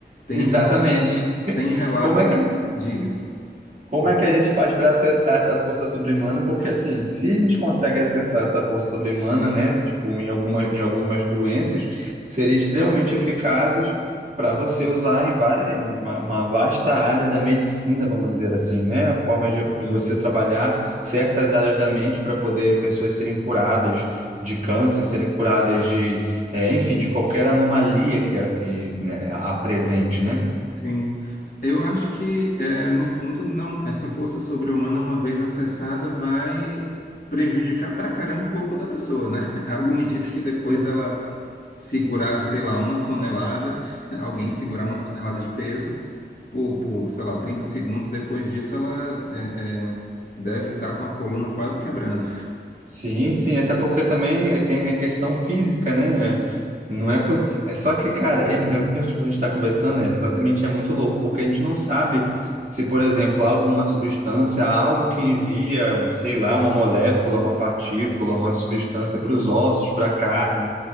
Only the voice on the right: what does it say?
Exatamente.
<laughs>
Como é que,
Como
é que a gente faz para acessar essa força sobre-humana? Porque, assim, se a gente consegue acessar essa força sobre-humana, né, tipo, em alguma, em algumas doenças, seria extremamente eficazes para você usar em várias, em uma, uma vasta área da medicina, vamos dizer assim, né? A forma de,
de você trabalhar certas áreas da mente para poder pessoas serem curadas de câncer, serem curadas de, eh, enfim, de qualquer anomalia que, a- que né, apresente, né?
<laughs>
Sim, sim, até porque também tem a questão física, né? Não é por... é só que, cara, é, é como tipo, a gente está conversando, é exatamente é muito louco, porque a gente não sabe se, por exemplo, há alguma substância, há algo que envia, um, sei lá, uma molécula, uma partícula, uma substância para os ossos, para a carne,